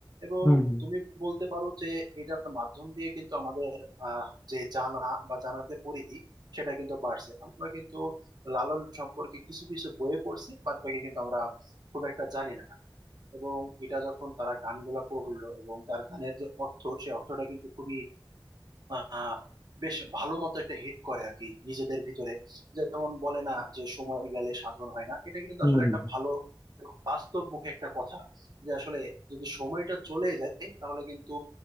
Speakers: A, on the right; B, on the left.
A: এবং
B: হুম হুম
A: তুমি বলতে পারো যে এটার মাধ্যম দিয়ে কিন্তু আমাদের আহ, যে জানা বা জানার যে পরিধি সেটা কিন্তু বাড়ছে আমরা কিন্তু লালন সম্পর্কে কিছু কিছু বইয়ে পড়ছি বাদ বাকি কিন্তু আমরা খুব একটা জানি না এবং এটা যখন তারা গানগুলা করলো এবং তার গানের যে অর্থ সে অর্থটা কিন্তু খুবই আহ বেশ ভালো মতো একটা হিট করে আর কি নিজেদের ভিতরে যেমন বলে না যে সময় গেলে সাধন হয় না এটা কিন্তু
B: হুম
A: আসলে একটা
B: হুম।
A: ভালো বাস্তব মুখে একটা কথা যে আসলে যদি সময়টা চলে যায় তাহলে কিন্তু